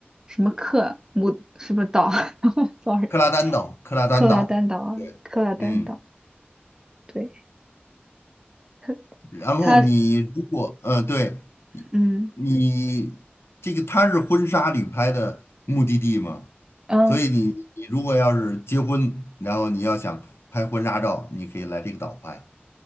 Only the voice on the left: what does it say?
克拉丹岛，克拉丹岛。
对，
嗯。
然后你如果呃，
对，你
你这个它是婚纱旅拍的目的地嘛，
所以你你如果要是结婚，然后你要想拍婚纱照，你可以来这个岛拍。